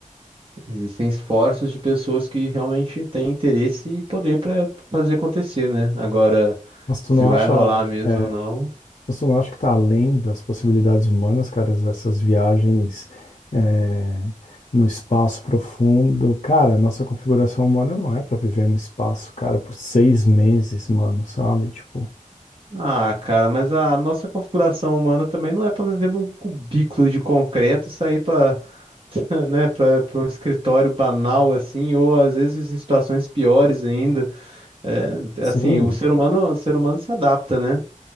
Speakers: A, on the right; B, on the left.
A: Existem esforços de pessoas que realmente têm interesse e poder para fazer acontecer, né? Agora,
B: Mas tu
A: se
B: não
A: vai
B: acha.
A: rolar mesmo
B: é,
A: ou não.
B: Você não acha que está além das possibilidades humanas, cara, essas viagens é, no espaço profundo? Cara, nossa configuração humana não é para viver no espaço, cara, por seis meses, mano, sabe? Tipo,
A: Ah, cara, mas a nossa configuração humana também não é para viver num cubículo de concreto e sair para, <laughs> né, para um escritório banal assim, ou às vezes em situações piores ainda. É,
B: Sim,
A: assim, o ser humano, o ser humano se adapta, né?